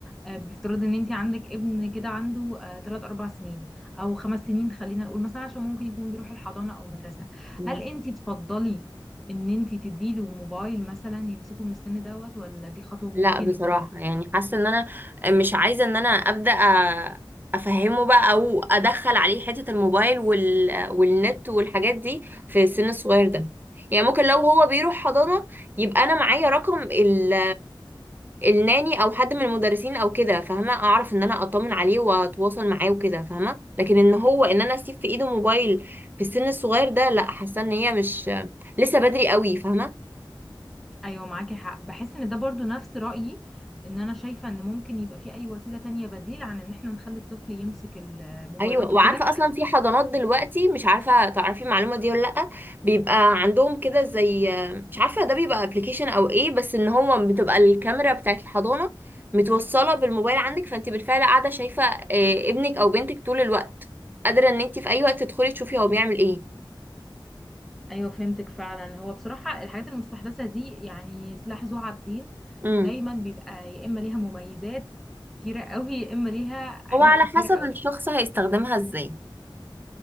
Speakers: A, in the centre; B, on the right.
A: آه، بافتراض ان انت عندك ابن كده عنده 3 4 سنين او 5 سنين خلينا نقول مثلا عشان ممكن يكون بيروح الحضانة او مدرسة
B: مم.
A: هل انت تفضلي ان انت تديله موبايل مثلا يمسكه من السن دوت ولا دي خطوة
B: لا
A: ممكن
B: بصراحة
A: تأجيل
B: يعني حاسة ان انا مش عايزة ان انا ابدأ أ- افهمه بقى او ادخل عليه حتة الموبايل وال... والنت والحاجات دي في السن الصغير ده يعني ممكن لو هو بيروح حضانة يبقى انا معايا رقم ال... الناني او حد من المدرسين او كده فاهمة اعرف ان انا اطمن عليه واتواصل معاه وكده فاهمة لكن ان هو ان انا اسيب في ايده موبايل في السن الصغير ده لا حاسة ان هي مش لسه بدري قوي فاهمة
A: ايوه معاكي حق بحس ان ده برضو نفس رأيي ان انا شايفة ان ممكن يبقى في اي وسيلة تانية بديل عن ان احنا نخلي الطفل يمسك الموبايلات
B: ايوه وعارفه
A: وكده
B: اصلا في حضانات دلوقتي مش عارفه تعرفي المعلومه دي ولا لا بيبقى عندهم كده زي مش عارفه ده بيبقى ابلكيشن او ايه بس ان هو بتبقى الكاميرا بتاعت الحضانه متوصله بالموبايل عندك فانت بالفعل قاعده شايفه آه، ابنك او بنتك طول الوقت قادره ان انت في اي وقت تدخلي تشوفي هو بيعمل ايه
A: ايوه فهمتك فعلا هو بصراحه الحاجات المستحدثه دي يعني سلاح ذو حدين
B: امم
A: دايما بيبقى يا اما ليها مميزات كتيره قوي يا اما ليها عيوب
B: هو على
A: كتيره
B: حسب
A: قوي
B: الشخص هيستخدمها ازاي